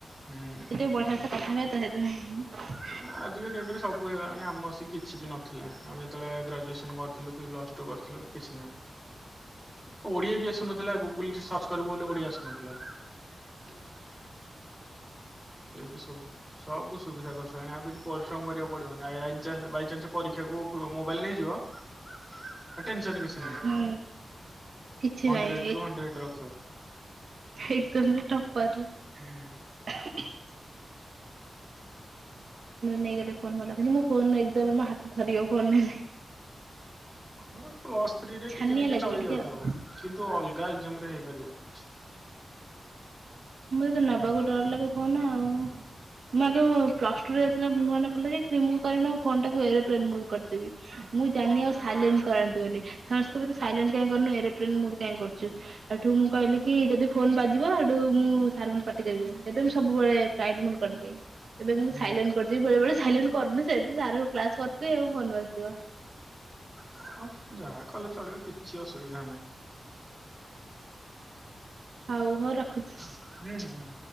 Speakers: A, in the centre; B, on the right.
A: ହୁଁ
B: କେତେ ବଢିଆ ସେ କଥା ହୁଏ ତ ସେଥିପାଇଁ <unintelligible>
A: <inaudible> ଆଜିକା ଡେଟ୍ ରେ ସବୁ ହୋଇଗଲାଣି ଆମ ବସିକି କିଛି ବି ନ ଥିଲା ଆମେ ଯେତେବେଳେ ଗ୍ରାଜୁଏସନ୍ କରିଥିଲୁ କି ପ୍ଲସ୍ ଟୁ କରିଥିଲୁ କିଛି ନାହିଁ। ଓଡିଆ ବି ଆସୁନଥିଲା ଗୁଗୁଲ ରେ ସର୍ଚ୍ଚ କରିବୁ ବୋଲି ଓଡିଆ ଆଶୁନଥିଲା।
B: <inaudible>
A: ଏବେ ସବୁ ସବୁ ସୁବିଧା କରିସାରିଲାଣି ଆଉ କିଛି ପରିଶ୍ରମ କରିବାକୁ ପଡିବନି ଆ- ଆଇ ବାଇ ବାଇଚାନ୍ସ ପରୀକ୍ଷାକୁ ମୋବାଇଲ ନେଇଯିବ ଆଉ ଟେନ୍ସନ କିଛି ନାଇଁ
B: ହୁଁ। କିଛି
A: ହଣ୍ଡ୍ରେଡ
B: ନାହିଁ
A: ରୁ ହଣ୍ଡ୍ରେଡ ରଖିବ।
B: ଏକଦମରେ ଟପ୍ପର।
A: ହୁଁ।
B: ଭଲ। <unintelligible> ନେଇଗଲେ ଫୋନ୍ ଭଲ କିନ୍ତୁ ମୁଁ ନେଇଗଲେ ହାତ ଥରିବ ଫୋନ୍ ନେଲେ।
A: ହଁ, ପ୍ଲସଥ୍ରୀ ଟିକେ
B: ଛାନିଆ
A: ଟିକେ
B: ଲାଗିବ
A: ଚଳି ଯାଉଥିବ
B: ଆଉ।
A: କିନ୍ତୁ ଅଲଗା ଏକ୍ଜାମ ରେ ହେଇପାରିବନି କିଛି।
B: ମୁଁ ଯତେ ନବାକୁ ଡର ଲାଗେ ଫୋନ ଆଉ। ମୁଁ ଆଗେ ପ୍ଲସ ଟୁ ରେ ଯେତେବେଳେ ନୁଆ ନୁଆ କଲେଜ ଯାଇଥିଲି ମୁଁ କଣ କରେନା ଫୋନ୍ ଟାକୁ ଏରୋପ୍ଲେନ୍ ମୋଡ କରିଦେ ଦେବି ମୁଁ ଜାଣିନି ଆଉ ସାଇଲେଣ୍ଟ କରନ୍ତି ବୋଲି, ସମସ୍ତେ କହନ୍ତି ତୁ ସାଇଲେଣ୍ଟ କାଇଁ କରୁନୁ ଏରୋପ୍ଲେନ ମୋଡ୍ କାଇଁ କରୁଚୁ, ଏଠୁ ମୁଁ କହିଲି କି ଯଦି ଫୋନ ବାଜିବ ହେଠୁ ମୁଁ ସାର୍ ମତେ ପାଟି କରିବେ ଏବେ ସବୁବେଳେ ଫ୍ଲାଇଟ୍ ମୋଡ୍ କରିଦିଏ। ଏବେ କିନ୍ତୁ
A: ହୁଁ
B: ସାଇଲେଣ୍ଟ ବେଳେ ବେଳେ ସାଇଲେଣ୍ଟ କରୁନି ସେମିତି ସାର୍ ଙ୍କ କ୍ଲାସ କରଥିବି ମୋ ଫୋନ୍ ବାଜୁଥିବ।
A: ହଁ, ଯାହା କଲେ ଚଳିବ କିଛି ଅସୁବିଧା ନାହିଁ।
B: ହଉ ହଉ ରଖୁଛି।
A: ହୁଁ ହୁଁ ହୁଁ।